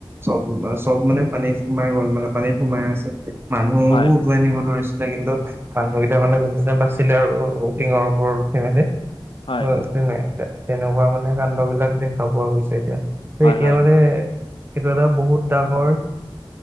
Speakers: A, on the right (about 25°); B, on the left (about 75°).
A: চব চব মানে পানীত সোমাই গ'ল মানে, পানীত সোমাই আছে। মানুহকো
B: হয়
A: উটুৱাই নিব ধৰিছিলে কিন্তু মানুহকেইটা মানে যেন তেনে বাচিলে আৰু টিঙৰ ওপৰত উঠি মেলি
B: হয়
A: অহ তেনে তে তেনেকুৱা মানে কাণ্ডবিলাক দেখা পোৱা গৈছে এতিয়া হে
B: হয়
A: এতিয়া
B: হয়
A: মানে সেইটো এটা বহুত ডাঙৰ